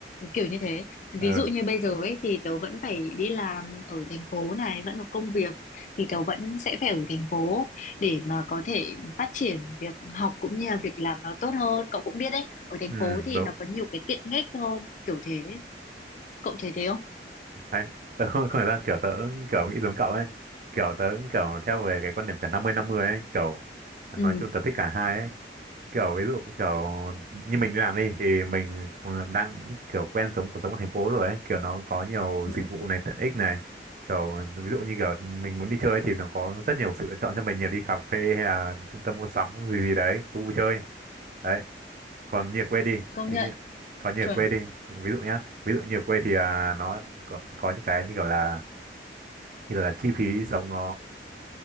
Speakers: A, on the left; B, on the right.
A: kiểu như thế ví
B: ờ
A: dụ như bây giờ ấy thì tớ vẫn phải đi làm ở thành phố này vẫn có công việc thì tớ vẫn sẽ phải ở thành phố để mà có thể phát triển việc học cũng như là việc làm nó tốt hơn cậu cũng biết đấy ở thành
B: ừ
A: phố thì
B: đúng
A: nó có nhiều cái tiện ích hơn kiểu thế cậu thấy thế không
B: đấy tớ không, không phải ra kiểu tớ kiểu nghĩ giống cậu ấy kiểu tớ kiểu theo về cái quan điểm kiểu năm mươi năm mươi ấy kiểu nói
A: ừ,
B: chung tớ thích cả hai ấy kiểu ví dụ kiểu như mình đi làm đi thì mình cũng đang kiểu quen sống cuộc sống ở thành phố rồi ấy kiểu nó có nhiều
A: ừ
B: dịch vụ này tiện ích này kiểu ví dụ như kiểu mình muốn đi chơi ấy thì nó có rất nhiều sự lựa chọn cho mình nhiều đi cà phê hay là trung tâm mua sắm gì gì đấy khu vui chơi đấy còn như ở quê đi
A: công
B: thì
A: nhận
B: như còn như
A: chuẩn
B: ở quê đi ví dụ nhá ví dụ như ở quê thì à, nó có, có những cái như kiểu là như kiểu là chi phí sống nó